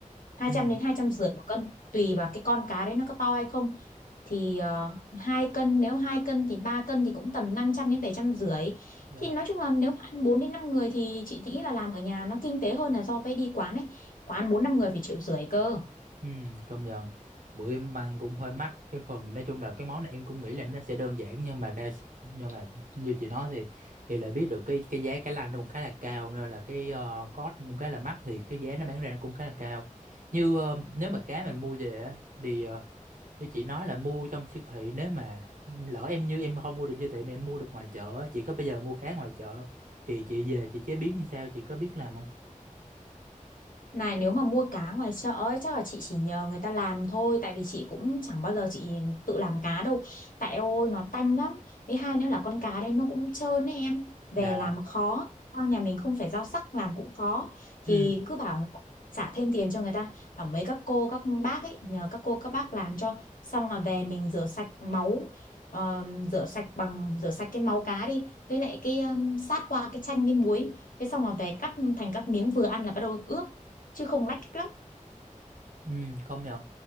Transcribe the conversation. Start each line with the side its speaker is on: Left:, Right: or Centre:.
Left: hai
Right: ừ
Left: trăm đến hai trăm rưỡi một cân tùy vào cái con cá đấy nó có to hay không thì ờ, hai cân nếu hai cân thì ba cân thì cũng tầm năm trăm đến bảy trăm rưỡi
Right: Dạ.
Left: thì nói chung là nếu mà ăn 4 đến 5 người thì chị nghĩ là làm ở nhà nó kinh tế hơn là so với đi quán ấy quán 4 5 người phải triệu rưỡi cơ
Right: Ừ, công nhận bữa em ăn cũng hơi mắc cái phần nói chung là cái món này em cũng nghĩ là nó sẽ đơn giản nhưng mà đa nhưng mà như chị nói thì thì là biết được cái cái giá cá lăng nó cũng khá là cao nên là cái uh, cost cũng khá là mắc thì cái giá nó bán ra nó cũng khá là cao như ờ, nếu mà cá mình mua về á thì ờ, như chị nói là mua trong siêu thị nếu mà lỡ em như em không mua được siêu thị mà em mua được ngoài chợ á, chị có bây giờ mua cá ngoài chợ thì chị về chị chế biến làm sao chị có biết làm không
Left: Này nếu mà mua cá ngoài chợ ấy, chắc là chị chỉ nhờ người ta làm thôi tại vì chị cũng chẳng bao giờ chị tự làm cá đâu tại eo ôi nó tanh lắm với hai nữa là con cá đây nó cũng trơn ấy em về
Right: dạ
Left: làm khó Sao nhà mình không phải rau sắc làm cũng khó thì
Right: ừ
Left: cứ bảo trả thêm tiền cho người ta bảo mấy các cô các bác ấy nhờ các cô các bác làm cho xong là về mình rửa sạch máu ờ, rửa sạch bằng rửa sạch cái máu cá đi với lại cái ờ, sát qua cái chanh với muối thế xong là về cắt thành các miếng vừa ăn là bắt đầu ướp chứ không lách cách lắm
Right: Ừ, công nhận